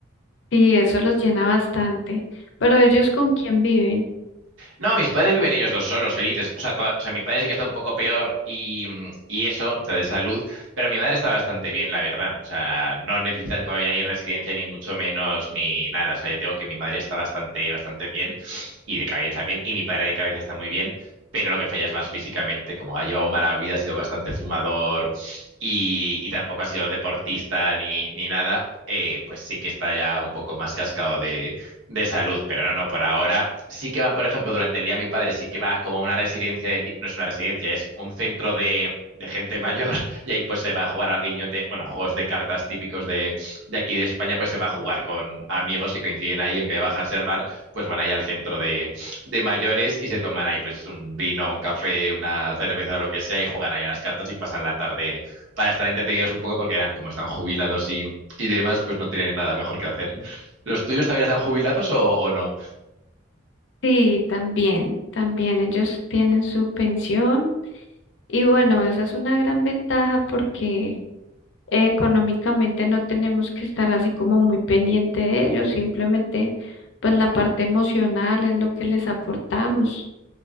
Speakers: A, on the left; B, on the right.
A: Y eso los llena bastante. Pero ellos con quién viven?
B: No, mis padres viven ellos dos solos, felices. O sea, to- o sea, mi padre sí que está un poco peor y, mm, y eso, o sea, de salud, pero mi madre está bastante bien, la verdad. O sea, no necesitan todavía ni residencia, ni mucho menos, ni nada. O sea, ya tengo que mi madre está bastante, bastante bien y de cabeza bien, y mi padre de cabeza está muy bien. Pero lo que falla es más físicamente, como ha llevado mala vida, ha sido bastante fumador y, y tampoco ha sido deportista ni, ni nada, eh, pues sí que está ya un poco más cascado de salud, pero no, no, por ahora sí que van, por ejemplo, durante el día mi padre sí que va como a una residencia, de- no es una residencia, es un centro de, de gente mayor <laughs> y ahí pues se va a jugar al guiñote, bueno, juegos de cartas típicos de, de aquí de España, pues se va a jugar con amigos que coinciden ahí, en vez de bajarse al bar, pues van ahí al centro de, de mayores y se toman ahí pues un vino, un café, una cerveza o lo que sea y juegan ahí a las cartas y pasan la tarde para estar entretenidos un poco porque eran como están jubilados y, y demás, pues no tienen nada mejor que hacer. ¿Los tuyos también están jubilados o, o no?
A: Sí, también, también ellos tienen su pensión. Y bueno, esa es una gran ventaja porque eh, económicamente no tenemos que estar así como muy pendiente de ellos, simplemente pues la parte emocional es lo que les aportamos,